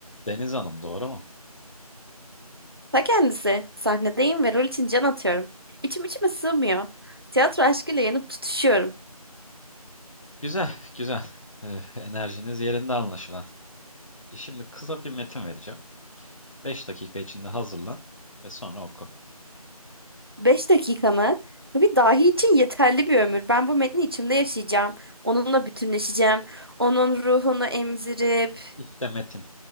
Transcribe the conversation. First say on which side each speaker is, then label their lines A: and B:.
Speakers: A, on the left; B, on the right.
A: Deniz Hanım doğru mu?
B: Ta kendisi. Sahnedeyim ve rol için can atıyorum. İçim içime sığmıyor. Tiyatro aşkıyla yanıp tutuşuyorum.
A: Güzel, <laughs> güzel. Eh, enerjiniz yerinde anlaşılan. E şimdi kısa bir metin vereceğim. 5 dakika içinde hazırlan ve sonra oku.
B: Beş dakika mı? Bu bir dahi için yeterli bir ömür. Ben bu metni içimde yaşayacağım. Onunla bütünleşeceğim. Onun ruhunu emzirip...
A: İşte metin.